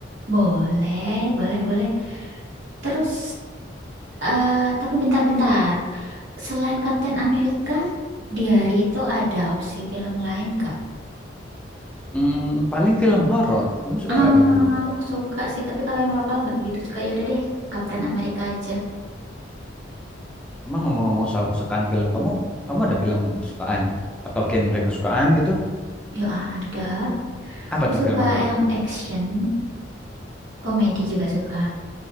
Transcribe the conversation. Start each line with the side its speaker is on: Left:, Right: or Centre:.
Right: boleh, boleh, boleh. Terus, eh tapi bentar-bentar. Selain Captain America, di hari itu ada opsi film lain nggak?
Centre: Hmm, paling film horor. Kamu suka
Right: Ah,
Centre: nggak film-film horor?
Right: suka sih. Tapi kalau yang lokal nggak begitu suka. Yaudah deh, Captain America aja.
Centre: Emang ngomong-ngomong soal kesukaan film, kamu kamu ada film kesukaan atau genre kesukaan gitu?
Right: Ya ada.
Centre: Apa
Right: Aku
Centre: tuh
Right: suka
Centre: film apa?
Right: yang action, komedi juga suka,